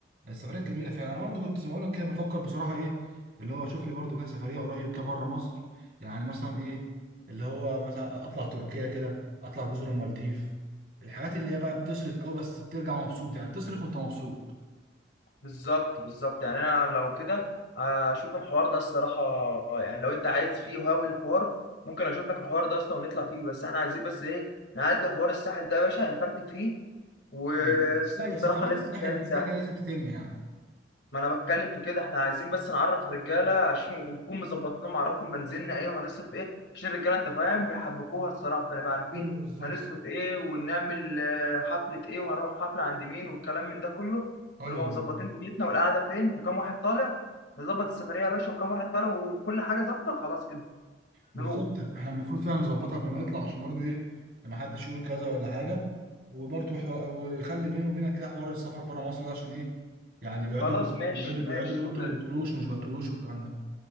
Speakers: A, on the right; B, on the left.
A: السفريات جميله فعلا انا برضو كنت زي ما اقول لك كده بفكر بصراحه ايه اللي هو اشوف لي برضو كده سفريه قريب كده بره مصر يعني مثلا ايه اللي هو مثلا اطلع تركيا كده اطلع جزر المالديف الحاجات اللي هي بقى بتصرف قوي بس بترجع مبسوط يعني بتصرف وانت مبسوط
B: بالظبط بالظبط يعني انا لو كده اشوف الحوار ده الصراحه يعني لو انت عايز فيه وهاوي الحوار ممكن اشوف لك الحوار ده اصلا ونطلع فيه بس احنا عايزين بس ايه نعدي حوار الساحل ده يا باشا نفرتك فيه والصيف
A: ايوه لا يا
B: الصراحه
A: سفريه
B: لازم
A: الساحل
B: تتعدي
A: دي
B: ساحل
A: كده كده لازم تتم يعني
B: ما انا بتكلم في كده احنا عايزين بس نعرف الرجاله عشان ونكون مظبط لهم نعرفهم بنزيننا ايه وهنصرف ايه عشان الرجاله انت فاهم بيحبكوها الصراحه فنبقى عارفين
A: ايوه بالظبط
B: هنصرف ايه ونعمل آه، حفله ايه وهنروح حفله عند مين والكلام من ده كله
A: ايوه
B: ونبقى مظبطين دنيتنا والقعده فين وكم واحد طالع نظبط السفريه يا باشا وكم واحد طالع وكل حاجه ظابطه خلاص كده
A: بالظبط
B: نروح
A: احنا المفروض فعلا نظبطها قبل ما نطلع عشان برضو ايه ما حدش يقول كذا ولا حاجه وبرضو حو... ويخلي بيني وبينك كده حوار السفر بره مصر ده عشان ايه يعني بيقعدوا
B: خلاص
A: يقولوا-
B: ماشي
A: بيقعدوا بيقعدوا
B: ماشي
A: يقولوا
B: شوف
A: انت ما
B: ال...
A: بتقولوش ومش ما بتقولوش والكلام ده